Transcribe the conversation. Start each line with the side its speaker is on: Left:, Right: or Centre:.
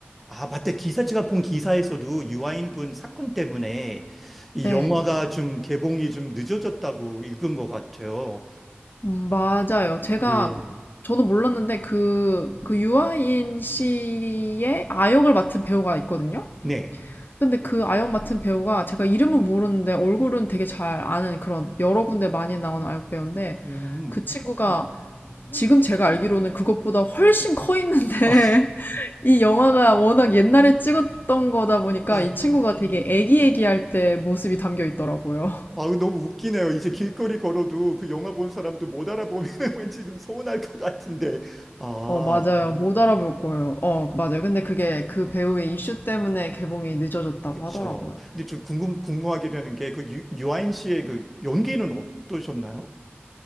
Centre: 아, 맞다. 기사, 제가 본 기사에서도 유아인 분 사건 때문에 이
Left: 네.
Centre: 영화가 좀 개봉이 좀 늦어졌다고 읽은 것 같아요.
Left: 음, 맞아요. 제가
Centre: 네.
Left: 저는 몰랐는데 그, 그 유아인 씨의 아역을 맡은 배우가 있거든요.
Centre: 네.
Left: 근데 그 아역 맡은 배우가 제가 이름은 모르는데 얼굴은 되게 잘 아는 그런 여러 군데 많이 나온 아역 배우인데
Centre: 음.
Left: 그 친구가 지금 제가 알기로는 그것보다 훨씬 커 있는데
Centre: <laughs>
Left: <laughs> 이 영화가 워낙 옛날에 찍었던 거다 보니까
Centre: 아,
Left: 이 친구가 되게 애기애기할 때 모습이 담겨 있더라고요.
Centre: 아, 너무 웃기네요. 이제 길거리 걸어도 그 영화 본 사람도 못 알아보면 <laughs> 왠지 좀 서운할 것 같은데. 아,
Left: 어, 맞아요. 못 알아볼 거예요. 어, 맞아요. 근데 그게 그 배우의 이슈 때문에 개봉이 늦어졌다고
Centre: 그쵸.
Left: 하더라고요.
Centre: 근데 좀 궁금, 궁금하게 되는 게 그 유아인 씨의 그 연기는 어떠셨나요?